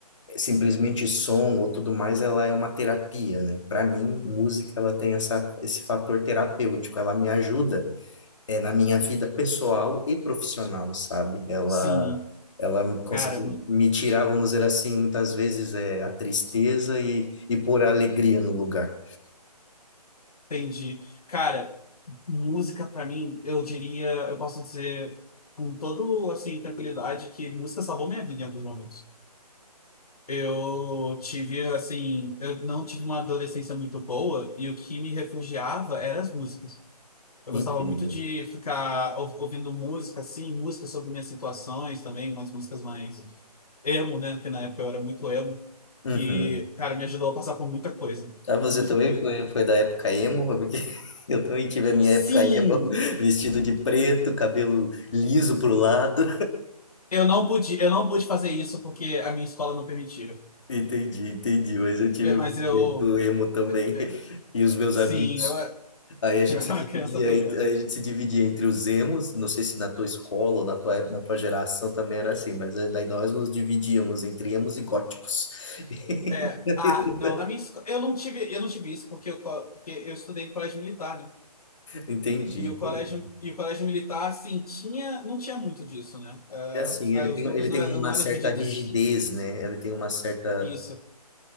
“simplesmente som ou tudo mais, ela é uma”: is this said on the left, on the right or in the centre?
Left